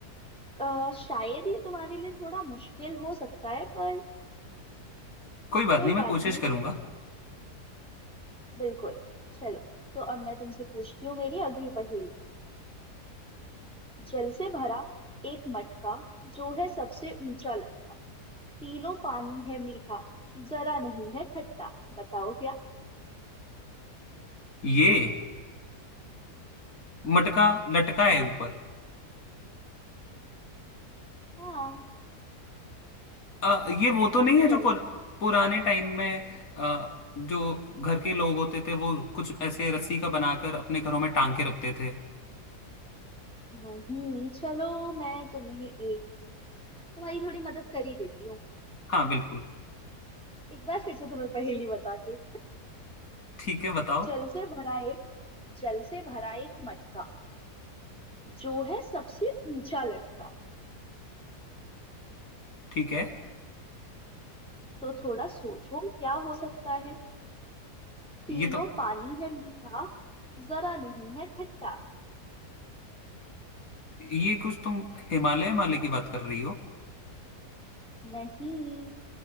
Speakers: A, in the centre; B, on the left (about 60°).
A: अ, शायद ये तुम्हारे लिए थोड़ा मुश्किल हो सकता है पर
B: कोई बात
A: कोई
B: नहीं मैं
A: बात
B: कोशिश
A: नहीं
B: करूंगा
A: बिल्कुल चलो तो अब मैं तुमसे पूछती हूँ मेरी अगली पहेली जल से भरा एक मटका जो है सबसे ऊंचा लटका पी लो पानी है मीठा जरा नहीं है खट्टा बताओ क्या
B: ये मटका लटका है ऊपर
A: हाँ
B: अ, ये वो तो नहीं है
A: चल
B: जो पुर, पुराने टाइम में अ, जो घर के लोग होते थे वो कुछ ऐसे रस्सी का बनाकर अपने घरों में टांग के रखते थे
A: नहीं चलो मैं तुम्हें एक तुम्हारी थोड़ी मदद कर ही देती हूँ
B: हाँ बिल्कुल
A: एक बार फिर से तुम्हें पहेली बता के
B: ठीक है बताओ
A: जल से भरा एक जल से भरा एक मटका जो है सबसे ऊंचा लटका
B: ठीक है
A: तो थोड़ा सोचो क्या हो सकता है पी
B: ये
A: लो
B: तो
A: पानी है मीठा जरा नहीं है खट्टा
B: ये कुछ तुम हिमालय हिमालय की बात कर रही हो
A: नहीं